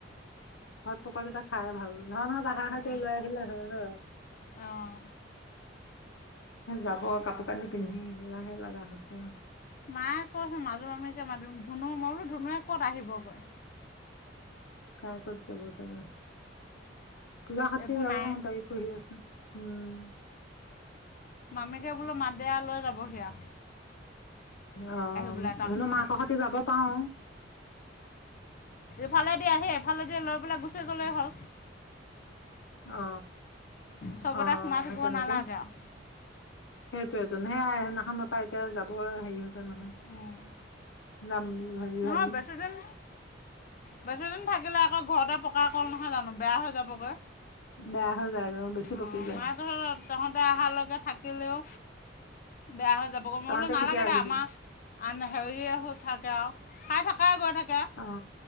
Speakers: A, on the left (about 85°); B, on the left (about 45°).
A: ঘৰত পকা কেইটা খাই ভাল ধৰা তাহাৰ
B: উম,
A: হতে লৈ আহিলে হয় হয়
B: অঁ
A: যাব কাপোৰ কানি পিন্ধি লাহে লগা হৈছে।
B: মায়ে কৈচোন মাজু মামীকে মাতিম ধুনু মই বোলো ধুনুৱে ক'ত আহিব গৈ,
A: কাই কত যাব চাবা পূজা হতিও
B: একো
A: যাব
B: নাই
A: নহয় তাইও পঢ়ি আছে উম
B: মামীকে বোলো মাত দেয়া লৈ যাব সিয়া,
A: আহ
B: পেলাই এটা
A: ধুনো
B: সময়ত
A: মাক সতি যাব পাও
B: এফালেদি আহি এভালেদি লৈ পেলাই গুচি গলে হল
A: অ
B: চবতে
A: অ
B: সোমাই থাকিব
A: তেনেকে
B: নালাগে আৰু
A: সেইটোৱেতো সেই সেইদিনাখনৰ পৰা এতিয়া যাব হেৰি হৈছে নহয়
B: আৰু
A: যাম বুলি ভাবি
B: নহয়
A: ভাবি
B: বেছিদিন, বেছিদিন থাকিলে আকৌ ঘৰতে পকা ক'ল নহয় জানো বেয়া হৈ যাবগৈ।
A: বেয়া হৈ যায় গৈ বেছি
B: আহ
A: পকি যায়
B: মা ঘৰত তহঁতে অহালৈকে থাকিলেও। বেয়া হৈ যাবগৈ মই
A: তহঁতে
B: বোলো নালাগে
A: কেতিয়া আহিবি
B: দে আমাৰ আন হেৰিয়ে হৈ থাকে আৰু। খাই থাকাই গৈ থাকে।
A: অ